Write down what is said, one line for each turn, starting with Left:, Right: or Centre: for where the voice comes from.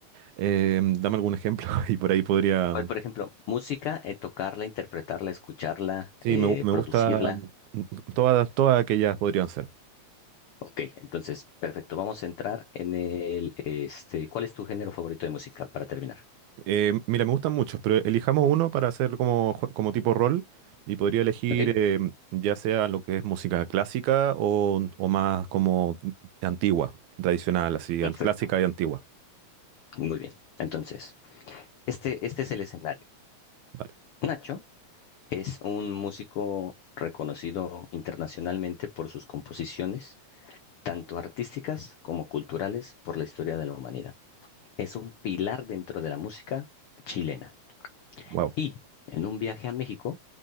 Right: eh, dame algún ejemplo <laughs> y por ahí podría,
Left: Hoy, por ejemplo, música, eh, tocarla, interpretarla, escucharla,
Right: sí,
Left: eh,
Right: me, gu- me
Left: producirla.
Right: gusta, mm, todas, todas aquellas podrían ser.
Left: Ok, entonces, perfecto. Vamos a entrar en el, este, ¿cuál es tu género favorito de música para terminar?
Right: Eh, mira, me gustan muchos, pero elijamos uno para hacer como, ju- como tipo rol y podría elegir
Left: Ok,
Right: eh, ya sea lo que es música clásica o, o más como antigua, tradicional, así,
Left: perfecto.
Right: an- clásica y antigua.
Left: Muy bien. Entonces, este, este es el escenario.
Right: Vale,
Left: Nacho es un músico reconocido internacionalmente por sus composiciones, tanto artísticas como culturales, por la historia de la humanidad. Es un pilar dentro de la música chilena.
Right: wow.
Left: Y en un viaje a México,